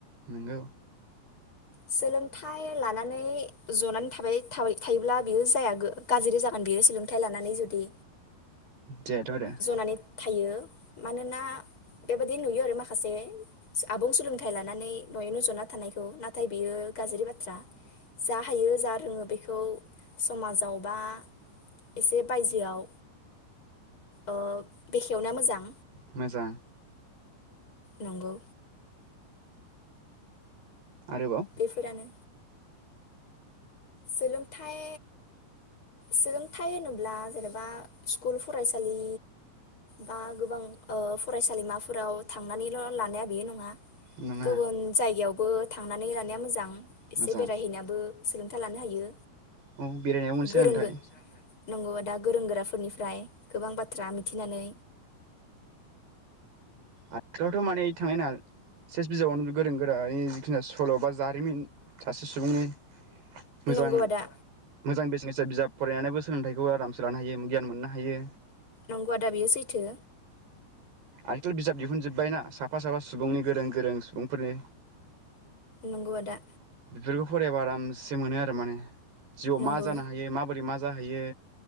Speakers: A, on the right; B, on the left.
A: नंगौ
B: सोलोंथाइ लानानै जनानै थाबाय थाबाय थायोब्ला बियो जाया गा-गाज्रि जागोन बियो सोलोंथायाइ लानानै जुदि
A: जायाथ आरो।
B: जनानै थायो मानोना बेबायाददि नुयो आरो माखासे आबुं सोलोंथाइ लानानै न'यैनो जना थानायखौ ना? थाय बेयो गाज्रि बाथ्रा जा हायो जा रोङो बेखौ समाजाव बा एसे बायजोआव ओ- बेखेवना मोजां।
A: मोजां
B: नंगौ
A: आरोबाव
B: बेफोरानो सोलोंथाइ सोलोंथा थाय होनोब्ला जेनेबा स्कुल फरायसालि बा गोबां ओ- फरायसालिमाफोराव थांनानैल' लानाया बे नङा।
A: नङा
B: गुबुन जायगायाव बो थांनानै लानाया मोजां। एसे
A: मोजां
B: बेरायहैनाबो। <inaudible> लानो हायो।
A: औ बेरायनायाव मोनसे
B: गोरों
A: सोलोंथाय।
B: गो नंगौ आदा गोरों गोराफोरनिफ्राय गोबां बाथ्रा मिथिनानै।
A: आथिलावथ' माने थांनाय ना सेस बिजाबावनो गोरों गोरानि जिखि सल' बा जारिमिन सासे सुबुंनि। मोजां
B: नंगौ आदा
A: मोजां बिजनेस जाय बिजाब फरायनानैबो सोलोंथाइखौ आरामसे लानो हायो गियान मोननो हायो।
B: नंगौ आदा बेयो सैथो।
A: आनथ' बिजाब दिहुनजोब्बायना साफा साफा सुबुंनि गोरों गोरों सुबुंफोरनि।
B: नोंगौ आदा।
A: बेफोरखौ फरायाबा आरामसे मोनो आरो माने। जिउआव
B: नंगौ
A: मा जानो हायो माबोरै मा जाहैयो?